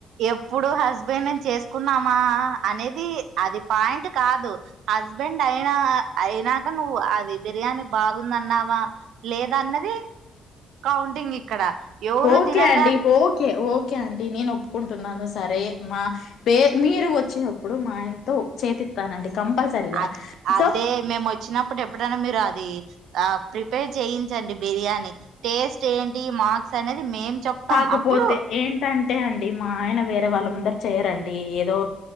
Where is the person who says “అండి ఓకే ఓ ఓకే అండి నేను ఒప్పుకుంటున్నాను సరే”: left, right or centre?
Left